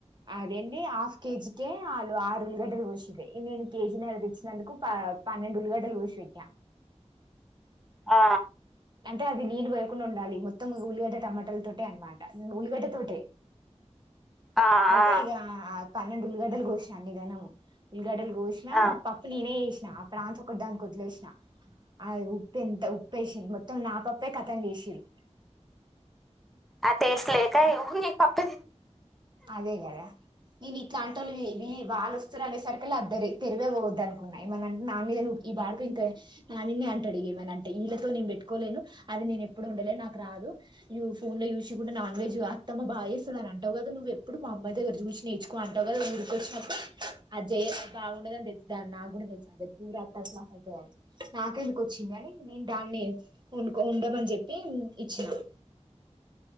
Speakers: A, on the right; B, in the centre.
A: అదేండి హాఫ్ కేజీ కే ఆలు ఆరు ఉల్లిగడ్డలు కోసిండ్రు నేను కేజీ నర్రా తెచ్చినందుకు ప పన్నెండు ఉల్లిగడ్డలు కోసిపెట్టిన
B: ఆ
A: అంటే అది నీళ్లు పొయ్యకుండ ఉండాలి మొత్తం ఉల్లిగడ్డ టమోటాల తోటే అన్నమాట ఉల్లిగడ్డ తోటే
B: ఆ
A: అయితే
B: ఆ,
A: ఈగా పన్నెండు ఉల్లిగడ్డలు కోసిన అన్నిగనము ఉల్లిగడ్డలు బోసిన
B: ఆ.
A: పప్పు నేనే చేసి ఆ ప్రాంతం ఒకటి దానికి వదిలేసిన ఆ ఉప్ప ఎంత ఉప్పేసిన మ మొత్తం నా పప్పే కథం చేసిడ్లు
B: ఆ టెస్ట్ లెక హు హి హి పాపే
A: అదే గద ఇది తంటలు ఇవి వాళ్లు స్ స ర అండేసరికిళ్ అద్దరి తెరివే పోవద్దు అనుకున్నా ఏమ అంటే నా మీదవ ఈ బాడకి ఇంకా నానిని అంట అడిగ ఏమ అంటే వీళ్తోేను పెట్టుకోలేను అది నేను ఎప్పుడు ఉండలే నాకు రాదు ఫోన్ లో చూసుకుంటా నాన్ వెజ్ అత్తమ్మ బాగాచేస్తుంది అని అంటావు కదా నువ్వు ఇప్పుడు మా అమ్మాయి దగ్గర చూసిి నేర్చుకోని అంటావు కదా ఊరిక వచ్చినప్పుడు అ జయ బాగుండదుని తెలుసు దాన్ని నాకు కూడా తెలుస అదే ఊర అట్టార్ ప్లాప్ అవుతుందిని నాకెందుకు వచ్చిందిని నేను దాన్ని ఉం ఉండమని చెప్పి ఇచ్చినాను